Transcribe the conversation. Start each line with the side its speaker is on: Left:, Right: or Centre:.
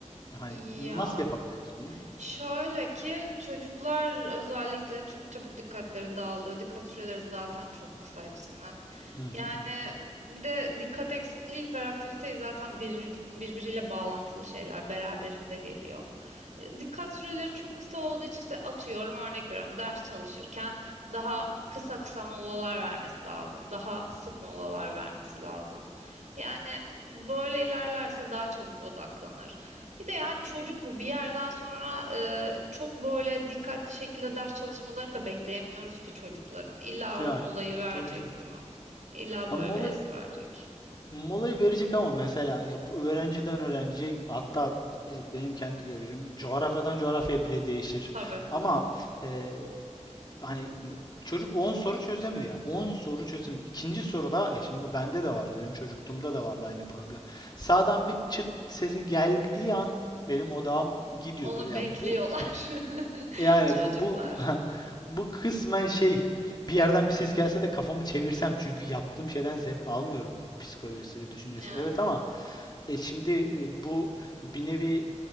Left: hani
Right: İyi
Left: nasıl
Right: ya.
Left: yapabiliriz bunu?
Right: Şöyle ki çocuklar özellikle çok çabuk dikkatleri dağılıyor. Dikkat süreleri zaten çok kısa hepsinin.
Left: Hı hı.
Right: Yani bir de dikkat eksikliği, hiperaktivite zaten bir, birbiriyle bağlantılı şeyler beraberinde geliyor. E, Dikkat süreleri çok kısa olduğu için işte atıyorum örnek veriyorum ders çalışırken daha kısa kısa molalar vermesi lazım. Daha sık molalar vermesi lazım. Yani böyle ilerlerse daha çabuk odaklanır. Bir de yani çocuk bu bir yerden sonra e, çok böyle dikkatli şekilde ders çalışmalarını da bekleyemiyoruz ki çocukların. İlla
Left: Ya
Right: o molayı verecek
Left: tabii canım.
Right: değil mi? İlla böyle
Left: Ama mola,
Right: bir es verecek.
Left: molayı verecek ama mesela ya bu öğrenciden öğrenciye hatta e, benim kendi görüşüm coğrafyadan coğrafyaya bile değişir.
Right: Tabii.
Left: Ama e, hani m- çocuk 10 soru çözemiyor ya. on soru çözemiyor. İkinci soruda ya şimdi bu bende de vardı. Benim çocukluğumda da vardı aynı problem. Sağdan bir çıt sesi geldiği an benim odağım gidiyordu.
Right: Onu
Left: Ya
Right: bekliyorlar
Left: bu
Right: <laughs>
Left: Yani
Right: çocuklar.
Left: bu bu bu, <laughs> bu kısmen şey bir yerden bir ses gelse de kafamı çevirsem çünkü yaptığım şeyden zevk almıyorum psikolojisi ve düşüncesi.
Right: Evet,
Left: Evet ama e, şimdi e, bu bir nevi